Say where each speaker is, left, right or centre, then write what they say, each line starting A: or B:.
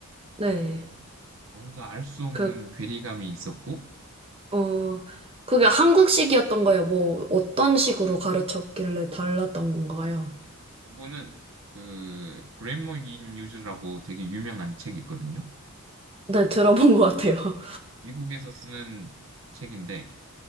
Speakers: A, on the right (about 25°); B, on the right (about 60°).
A: 네.
B: 뭔가 알 수 없는
A: 그,
B: 괴리감이 있었고,
A: 어, 그게 한국식이었던 거예요? 뭐, 어떤 식으로 가르쳤길래 달랐던 건가요?
B: 그분은 그 그래머 인 유즈라고 되게 유명한 책이 있거든요.
A: 네, 들어본 것 같아요. <laughs>
B: 미국에서 쓰는 책인데,